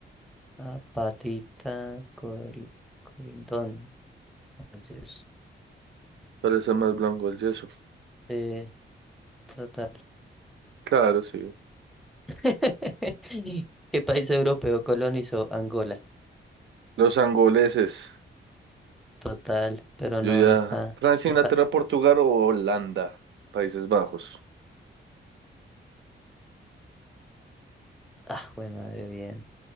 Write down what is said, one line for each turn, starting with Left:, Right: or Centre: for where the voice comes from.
Centre: La patita cori- corindón. Oye, eso.
Right: Parece más blanco el yeso.
Centre: Sí, total.
Right: Claro, sí.
Centre: <laughs> ¿Qué país europeo colonizó Angola?
Right: Los angoleses.
Centre: Total, pero
Right: Yo
Centre: no,
Right: ya.
Centre: no está.
Right: Francia,
Centre: Está.
Right: Inglaterra, Portugal o Holanda. Países Bajos.
Centre: Ah, güey, madre, bien.